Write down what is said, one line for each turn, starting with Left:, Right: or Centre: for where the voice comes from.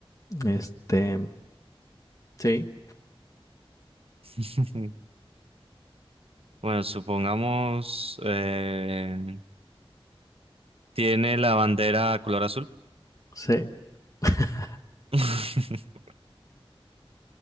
Left: este, sí,
Right: <laughs> Bueno, supongamos... eh, ¿tiene la bandera color azul?
Left: sí. <laughs>
Right: <laughs>